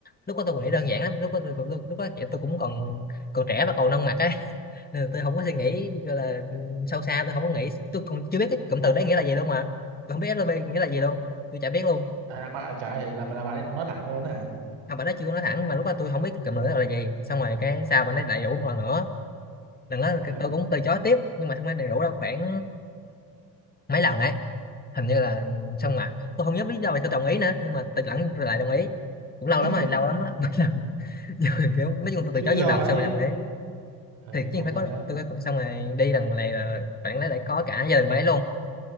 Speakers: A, on the left (about 20°); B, on the right (about 65°).
A: lúc đó tôi còn nghĩ đơn giản lắm lúc đó tôi cũng- lúc, lúc đó tôi cũng còn còn trẻ và còn nông mặt ấy <laughs> nên là tôi không có suy nghĩ gọi là
B: ờ
A: ừ, sâu xa tôi không có nghĩ tôi còn chưa biết cái cụm từ đấy nghĩa là gì luôn mà tôi không biết SLV nghĩa là gì luôn tôi chả biết luôn
B: à, là bà trả lời là là bà ấy nói thẳng luôn đó hả
A: không bạn nó chưa nói thẳng mà lúc đó tôi không biết cụm từ đó là gì xong rồi cái sao bạn ấy lại rủ một lần nữa lần đó
B: ừ
A: tôi cũng từ chối tiếp nhưng mà không phải đầy đủ đâu khoảng mấy lần đấy hình như là xong mà tôi không nhớ lý do vì tôi đồng ý nữa nhưng mà tôi lẫn lại đồng ý cũng
B: <laughs>
A: lâu lắm rồi lâu lắm á <laughs> mấy lần Nhưng kiểu nói chung
B: không
A: tôi
B: biết
A: từ chối
B: lý
A: nhiều
B: do
A: lần
B: nữa
A: xong
B: chứ
A: rồi đồng ý
B: ừ
A: thì
B: xong
A: chứ
B: rồi
A: phải
B: sao
A: có
B: nữa
A: tôi phải có- xong rồi đi lần này là bạn ấy lại có cả gia đình bạn ấy luôn